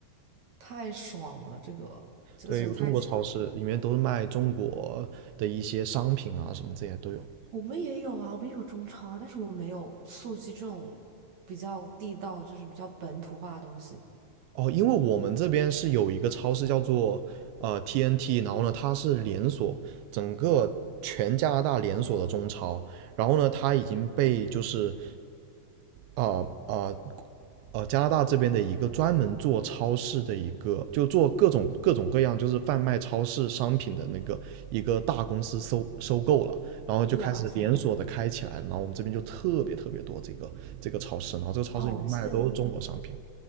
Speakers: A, on the right (about 50°); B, on the right (about 90°).
A: 太爽了，这个这个真的太爽了。
B: 对，有中国超市，里面都是卖中国的一些商品啊，什么这些都有。
A: 我们也有啊，我们也有中超啊，但是我们没有素鸡这种比较地道，就是比较本土化的东西。
B: 哦，因为我们这边是有一个超市叫做呃 TNT，然后呢，它是连锁，整个全加拿大连锁的中超，然后呢，它已经被就是呃呃呃加拿大这边的一个专门做超市的一个，就做各种各种各样就是贩卖超市商品的那个一个大公司收收购了，然后就开始连锁的开起来了然后我们这边就特别特别多这个这个超市，
A: 哇塞，
B: 然后这个超市里面卖的都是中国商品。
A: 好羡慕！